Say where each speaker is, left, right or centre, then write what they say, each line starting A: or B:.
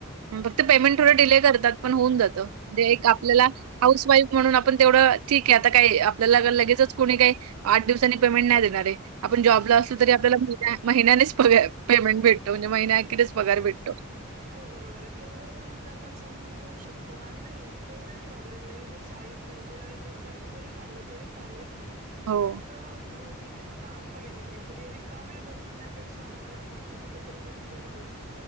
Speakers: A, on the right; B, on the right.
A: फक्त पेमेंट थोड डिले करतात. पण होऊन जात म्हणे एक आपल्याला हाऊस वाईफ म्हणून आपण तेवढं ठीक आहे आता काय आपल्याला लगेच कोणी काही आठ दिवसांनी पेमेंट नाही देणार. आप जॉब अस
B: नाही
A: त आपल्या म्या पमेंट भे म्हणजे महि्याखिरीच पघर
B: नाही
A: भेटतो.
B: हो बरोबर आहे तेवढं तर म्हणजे आपण समजून घेऊ शकतो आणि नाही तो काही प्रॉब्लेम नाही चाळीस पंचेचाळीस दिवसांनी जरी झालं तरी चालेल.
A: हो,
B: फक्त म्हणजे काम पाहिजे काय तरी रिकामे बसण्यापेक्षा ना मला असं वाटतं कुठेतरी गुंतलेलं बरं